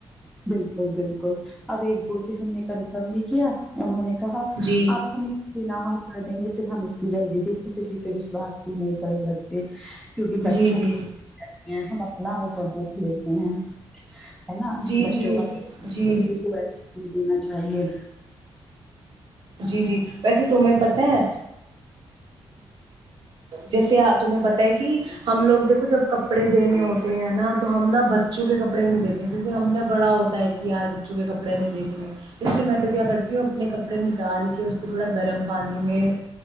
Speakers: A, in the centre; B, on the right (about 55°).
A: بالکل بالکل اب ایک دو سے ہم نے کنفرم بھی کیا انہوں نے کہا
B: جی
A: آپ ہمیں بنا ہم کر دیں گے ھر ہم ت جلد دیکھو کسی پہ وشواس بھی نہیں کر ستی <unintelligible> کیونکہ بچوں
B: جی جی
A: کی کرتے ہیں ہم اپنا ہو تو دیکھ لیتے ہیں ہے نا
B: جی
A: <unintelligible>
B: جی جی
A: لینا چاہیے
B: جی جی ویسے تمہیں پت ہے جیسے آپ تمہیں پتاہ ہے کہ ہم لوگ دیکھو جب کپڑے دینے ہوتے ہیں نا تو ہم نا بچوں کے کپڑے نہیں دیتے جیے ہم نے بڑا ہوتا ہے کہ یار بچوں کے کپڑے نہیں دتے اس لیے میں تو کیا کرتی ہوں اپنے کپڑے نکال کے اس کو تھوڑا گرم پانی میں